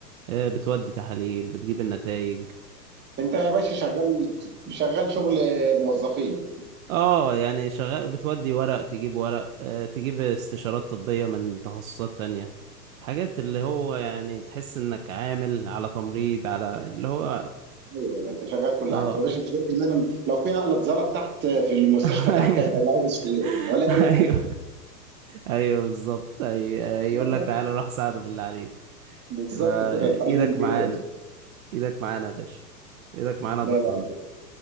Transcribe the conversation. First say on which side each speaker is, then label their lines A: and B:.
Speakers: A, on the right (about 55°); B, on the right (about 20°).
A: إيه، بتودي تحاليل بتجيب النتائج
B: انت يا باشا شغال شغال شغل موظفين
A: اه يعني شغال بتودي ورق تجيب ورق آه، تجيب استشارات طبية من تخصصات تانية حاجات اللي هو يعني تحس انك عامل على تمريض على اللي هو
B: ايوه ايوه انت شغال كل
A: اه
B: حاجه يا باشا انت شايف كمان لو في نقله زلط تحت في المستشفى
A: <laughs>
B: تحت هيطلعوه بالسيوله ولا اي
A: ايوه
B: حاجه
A: ايوه بالظبط أي...
B: والله
A: يقول لك تعالى روح ساعده بالله عليك
B: بالظبط
A: ما-
B: كده انت
A: ايدك
B: راجل امتياز
A: معانا ايدك معانا يا باشا ايدك معانا
B: لا
A: يا دكتورة
B: لا